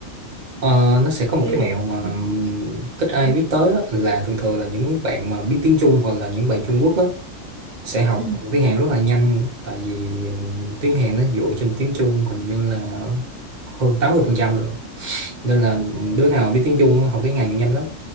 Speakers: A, on the right (about 40°); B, on the right (about 70°).
A: Ờ, nó sẽ có một
B: thế
A: cái mẹo mà
B: ừ
A: ít ai
B: ừ
A: biết tới á, là thường thường là những bạn mà biết tiếng Trung hoặc là những bạn Trung Quốc á, sẽ học
B: ừ
A: tiếng Hàn rất là nhanh tại vì ừm, tiếng Hàn nó dựa trên tiếng Trung hình như là hơn 80% luôn nên là
B: ừ
A: đứa nào biết tiếng Trung học tiếng Hàn nhanh lắm